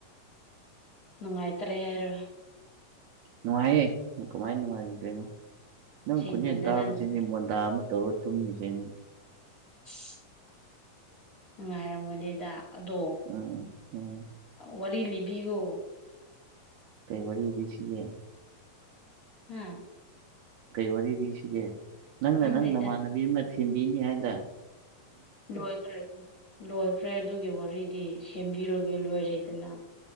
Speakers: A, on the left (about 55°); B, on the right (about 80°).
A: ꯅꯨꯡꯉꯥꯏꯇꯔꯦ ꯍꯥꯏꯔꯣ
B: ꯅꯨꯡꯉꯥꯏꯌꯦ ꯀꯃꯥꯏꯅ ꯅꯨꯡꯉꯥꯏꯔꯨꯗꯣꯏꯅꯣ ꯅꯪ
A: ꯁꯦꯡꯃꯟꯗꯅ
B: ꯈꯨꯟꯖꯦꯜ ꯇꯥꯕꯁꯤꯗꯤ
A: ꯅꯪ
B: ꯃꯣꯟꯗꯥ ꯑꯃ ꯇꯧꯣꯛꯇꯝ ꯖꯦꯃ
A: ꯑꯁ ꯅꯨꯡꯉꯥꯏꯔꯝꯒꯅꯤꯗ ꯑꯗꯣ
B: ꯎꯝ ꯎꯝ
A: ꯋꯥꯔꯤ ꯂꯤꯕꯤꯌꯣ
B: ꯀꯩ ꯋꯥꯔꯤ ꯋꯥꯔꯤ ꯏꯕꯤꯁꯤꯦ
A: ꯍꯥꯝ
B: ꯀꯩ ꯋꯥꯔꯤ ꯂꯤꯁꯤꯒꯦ ꯅꯪꯅ
A: ꯈꯪꯗꯦꯗ
B: ꯅꯪ ꯅꯃꯥꯟꯅꯕꯤ ꯑꯃ ꯊꯦꯝꯕꯤꯅꯤ ꯍꯥꯏꯗꯅ
A: ꯂꯣꯏꯈ꯭ꯔꯦ ꯂꯣꯏꯈ꯭ꯔꯦ ꯑꯗꯨꯒꯤ ꯋꯥꯔꯤꯗꯤ ꯁꯦꯝꯕꯤꯔꯨꯒꯦ ꯂꯣꯏꯔꯦꯗꯅ